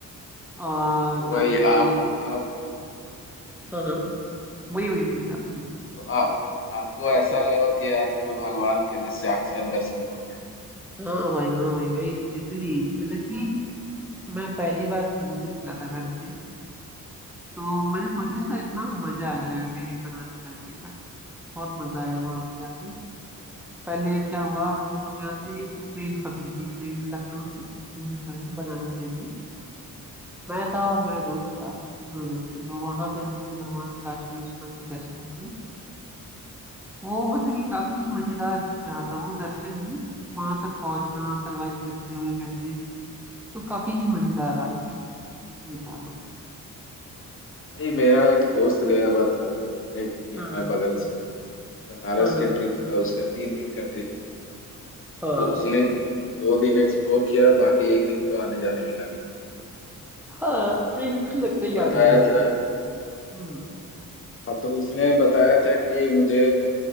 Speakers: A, in the centre; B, on the left (about 40°).
A: और
B: तो
A: क्या
B: भाई
A: बोलते
B: आप
A: हैं
B: आप हम्म।
A: हाँ हाँ वही वही बोलिए आप बोलिए
B: तो आप आपको ऐसा लगा कि आज तो भगवान के दस साक्षात दर्शन हो गए
A: हाँ भाई हाँ भाई भाई इटली मतलब कि मैं पहली बार घूमने निकला था घर से तो मैंने सोचा नहीं था इतना मजा आ जाएगा कहीं बनारस जाके बट बहुत मजा आया वहां पे जाके पहले क्या हुआ हम लोग यहाँ से ट्रेन पकड़ी थी ट्रेन लखनऊ से ट्रेन पकड़ के बनारस गए थे मैं था और मेरा दोस्त था दोनों पे तो वहां पे हमने भगवान काशी विश्वनाथ के दर्शन किए वो मतलब कि काफी मजेदार रहा था वो दर्शन भी वहां तक पहुंचना सरवाइव करते हुए कैसे तो काफी ही मजेदार रहा था ये था
B: भाई मेरा एक दोस्त गया हुआ था मेरे यहाँ
A: हाँ
B: बगल से ही। बनारस
A: हाँ हाँ
B: के ट्रिप था उसका तीन दिन का ट्रिप था तो
A: हाँ
B: उसने दो दिन एक्सप्लोर किया बाकी एक दिन तो आने जाने में लगा
A: हाँ हाँ, एकदम
B: तो
A: लगता
B: उसने
A: है याद
B: बताया
A: है जाने
B: था
A: हम्म
B: हाँ, तो उसने बताया था कि मुझे